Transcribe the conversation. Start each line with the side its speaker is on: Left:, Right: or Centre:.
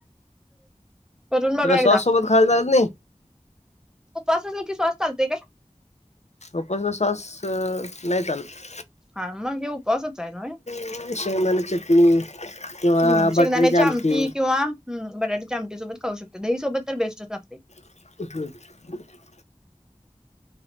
Centre: करून बघा
Left: त्याला सॉस
Centre: एकदा
Left: सोबत खायला चालत नाही?
Centre: उपवास असल की सॉस चालतंय काय?
Left: उपास सॉस नाही चालत.
Centre: हा मग हे उपवासाचा आहे ना व्हय.
Left: हम्म शेंगदाण्याची चटणी किंवा
Centre: हम्म
Left: बटाट्याची
Centre: शेंगदाण्याची
Left: आमटी.
Centre: किंवा बटाट्याची आमटी सोबत खाऊ शकते दही सोबत तर बेस्टच लागतंय.
Left: <inaudible>